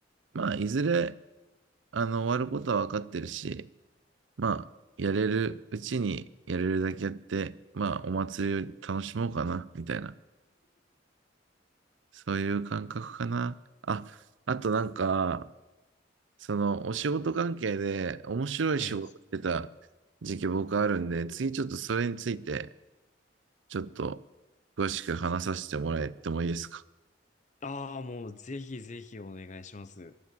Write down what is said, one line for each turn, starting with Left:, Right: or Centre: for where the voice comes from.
Right: まあ、いずれ、あの、終わることは分かってるし、まあ、やれるうちにやれるだけやって、まあ、お祭りを楽しもうかな、みたいな。そういう感覚かな。あ、あとなんか、そのお仕事関係で面白い仕事してた時期僕あるんで、
Left: ええ。
Right: 次ちょっとそれについてちょっと詳しく話させてもらえてもいいですか
Left: ああ、もうぜひぜひお願いします。